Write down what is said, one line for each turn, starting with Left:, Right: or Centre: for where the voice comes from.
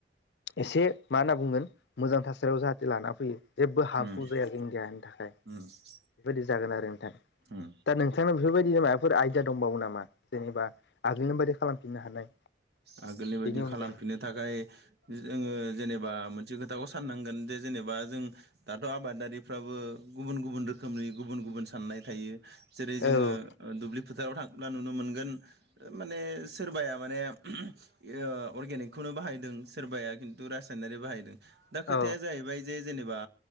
Left: एसे मा होनना बुंगोन। मोजां थासारियाव जाहाथे लाना फयो जेबो हार्मफुल
Right: उम
Left: जाया आरोि इण्डियानो थाखाय बेबायदि
Right: उम
Left: जागोन आरो नोंथां।
Right: उम
Left: दा नोंथांनाव बेफोरबायदि माबाफोर आयदिया दंबावो नामा जेनेबा आगोलनि बायदि खालामफिननो हानाय।
Right: आगोलनि बायदि
Left: बेनि अनगायै
Right: खालामफिननो थाखाय जोङो जेनेबा मोनसे खोथाखौ साननांगोन जे जेनेबा जों दाथ' आबादारिफ्राबो गुबुन गुबुन रोखोमनि गुबुन गुबुन साननाय थायो। जेरै जोङो
Left: औ
Right: दुब्लि फोथाराव थांब्ला नुनो मोनगोन माने सोरबाया माने अर्गेनिकखौनो बाहायदों सोरबाया खिन्थु रासायनारि बाहायदों। दा खोथाया
Left: औ
Right: जाहैबाय जे जेनेबा